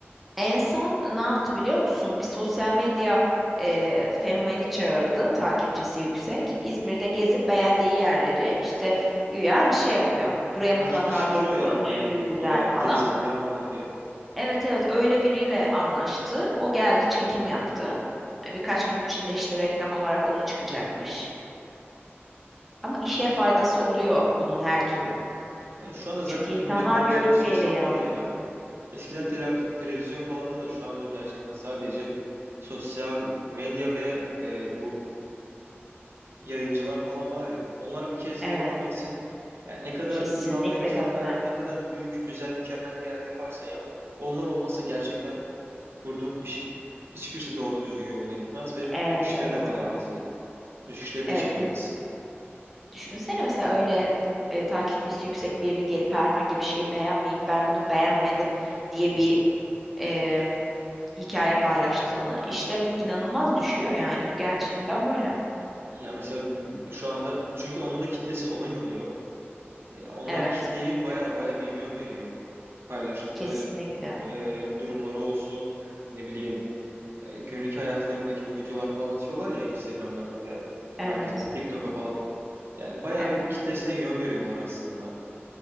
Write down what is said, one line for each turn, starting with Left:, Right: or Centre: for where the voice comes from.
Centre: en son ne yaptı biliyor musun? Bir sosyal medya e, fenomeni çağırdı, takipçisi yüksek. İzmir'de gezip beğendiği yerleri işte güya hani şey yapıyor. Buraya mutlaka
Right: Karşıma çıkıyor
Centre: gelin,
Right: ya
Centre: buranın
Right: benim
Centre: şuyu güzel
Right: oralar gezginler
Centre: falan.
Right: falan diye.
Centre: Evet evet öyle biriyle anlaştı. O geldi çekim yaptı. E, Birkaç gün içinde işte reklam olarak onu çıkacakmış. Ama işe
Right: Aha.
Centre: faydası oluyor bunun her türlü.
Right: Yani şu anda zaten
Centre: Çünkü insanlar
Right: tüm reklamcılık
Centre: görüp
Right: sosyal
Centre: geliyor.
Right: medya ya. Eskiden telev- televizyon falandı da şu anda gerçekten sadece sosyal medya ve e, bu yayıncılar falan var ya. Onlar bir kez
Centre: Evet,
Right: reklam etsin. Yani ne kadar
Centre: kesinlikle
Right: ilan verirsen
Centre: katılıyorum.
Right: ver, ne kadar büyük, güzel, mükemmel bir yer yaparsan yap. Onlar olmasa gerçekten e, kurduğun işin hiçbirisi doğru düzgün yoluna gitmez ve
Centre: Evet,
Right: müşteri
Centre: evet.
Right: de bayağı az gelir. Müşteri
Centre: Evet,
Right: de çekemezsin.
Centre: bir düşünsene mesela öyle e, takipçisi yüksek birini gelip herhangi bir şeyi beğenmeyip ben bunu beğenmedim diye bir e, hikaye paylaştığını işlerin inanılmaz düşüyor yani. Bu gerçekten böyle.
Right: Ya mesela şu anda çünkü onun da kitlesi ona inanıyor. Ya onlar
Centre: Evet,
Right: kitleyi baya baya bir yön veriyor. Paylaştıkları
Centre: kesinlikle.
Right: e, durumları olsun, ne bileyim e, günlük hayatlarındaki bu videolar falan atıyorlar ya Instagram'larına veya
Centre: Evet,
Right: fark etmez TikTok'a falan. Yani baya
Centre: evet.
Right: bir kitlesine yön veriyorlar aslında.